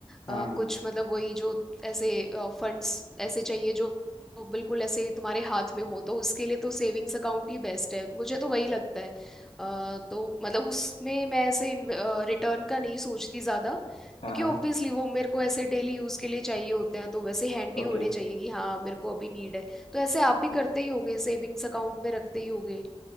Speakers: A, on the left; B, in the centre.
A: हाँ
B: अ,
A: हाँ
B: कुछ मतलब वही जो ऐसे फंड्स ऐसे चाहिए जो बिल्कुल ऐसे तुम्हारे हाथ में हो तो उसके लिए तो सेविंग्स अकाउंट ही बेस्ट है मुझे तो वही लगता है अ, तो मतलब उसमें मैं ऐसे रिटर्न का नहीं सोचती ज्यादा
A: हाँ
B: क्योंकि
A: हाँ
B: ऑब्वियसली वो मेरे को ऐसे डेली यूज के लिए चाहिए होते हैं तो वैसे हैंडी
A: ओके
B: होने चाहिए कि हाँ मेरे को अभी नीड है तो ऐसे आप भी करते ही होगे सेविंग्स अकाउंट में रखते ही होगे